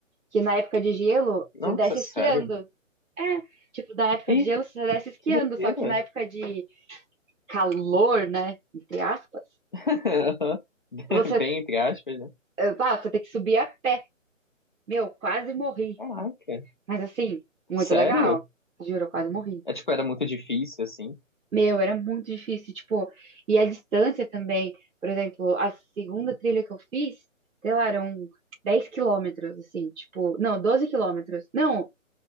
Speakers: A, on the right; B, on the left.
A: Que na época de gelo,
B: Nossa,
A: você desce
B: sério?
A: esquiando. É, tipo, na época de
B: Ih,
A: gelo, você desce esquiando.
B: que doideira.
A: Só que na época de calor, né? Entre aspas,
B: <laughs>
A: você,
B: Bem entre aspas, né?
A: eh, ah, você tem que subir a pé. Meu, quase morri.
B: Caraca.
A: Mas, assim, muito
B: Sério?
A: legal. Juro, eu quase morri.
B: É, tipo, era muito difícil, assim.
A: Meu, era muito difícil, tipo, e a distância também, por exemplo, a segunda trilha que eu fiz, sei lá, eram 10 quilômetros, assim, tipo, não, 12 quilômetros, não,